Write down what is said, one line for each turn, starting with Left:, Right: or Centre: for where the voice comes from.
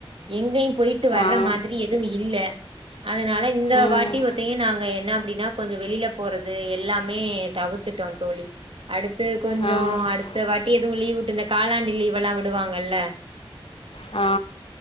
Right: எங்கயு போயிட்டு வர்ற
Left: ஆ
Right: மாதிரி எதும் இல்ல அதுனால இந்த
Left: ம்
Right: வாட்டி ஒத்தயும் நாங்க என்ன அப்டின்னா கொஞ்சம் வெளில போறது எல்லாமே டவுத்துட்டோம் தோழி அடுத்து கொஞ்ச
Left: ஆ
Right: அடுத்த வாட்டி எதும் லீவ் வுட்டு இந்த காலாண்டு லீவ் எல்லாம் விடுவாங்கல்ல
Left: ஆ